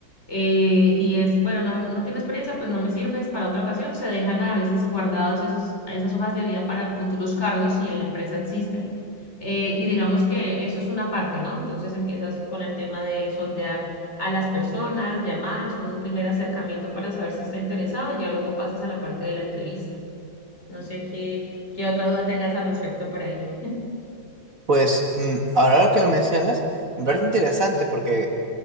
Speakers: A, on the left; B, on the right.
A: eh, y es, bueno, no, no tiene experiencia, pues no me sirves para otra ocasión. Se dejan a veces guardados esos, esas hojas de vida para futuros cargos si en la empresa existen. Eh, y digamos que eso es una parte, ¿no? Entonces empiezas con el tema de sondear a las personas, llamadas, un primer acercamiento para saber si está interesado, y ya luego pasas a la parte de la entrevista. No sé qué, qué otra duda tengas al respecto por ahí.
B: Pues mm, ahora que lo mencionas, me parece interesante porque